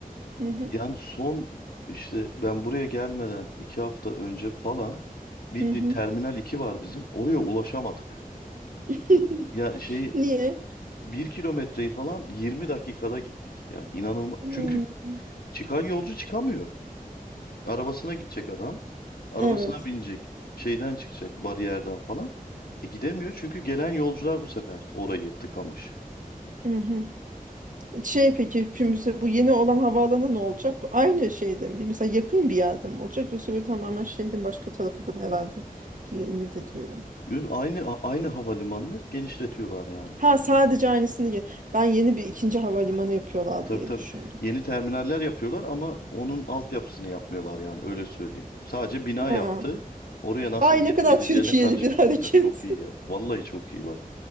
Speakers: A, on the right; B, on the left.
A: Hı hı,
B: Yani son işte ben buraya gelmeden 2 hafta önce falan bildiğin
A: hı hı.
B: Terminal 2 var bizim. Oraya ulaşamadık.
A: <laughs>
B: Ya şeyi
A: Niye?
B: bir kilometreyi falan 20 dakikada gittik. Yani inanılmaz.
A: Hmm,
B: Çünkü çıkan yolcu çıkamıyor. Arabasına gidecek adam. Arabasına
A: evet.
B: binecek. Şeyden çıkacak bariyerden falan. E gidemiyor çünkü gelen yolcular bu sefer orayı tıkamış.
A: Hı hı. E, Şey peki şimdi mesela bu yeni olan havaalanı ne olacak? Bu aynı şeyde mi? Mesela yakın bir yerde mi olacak? Yoksa böyle tamamen şehrin başka tarafından herhalde diye ümit ediyorum.
B: Ü- Aynı a- aynı havalimanını genişletiyorlar yani.
A: Ha sadece aynısını ye- ben yeni bir ikinci havalimanı yapıyorlar
B: Tabii
A: diye
B: tabii.
A: düşündüm.
B: Yeni terminaller yapıyorlar ama onun altyapısını yapmıyorlar yani öyle söyleyeyim. Sadece bina
A: Ha.
B: yaptı. Oraya nasıl
A: Ay
B: gelip
A: ne kadar
B: gidileceğine
A: Türkiye'li
B: karışmadı.
A: bir hareket.
B: Ya çok iyi ya. Vallahi çok iyi var.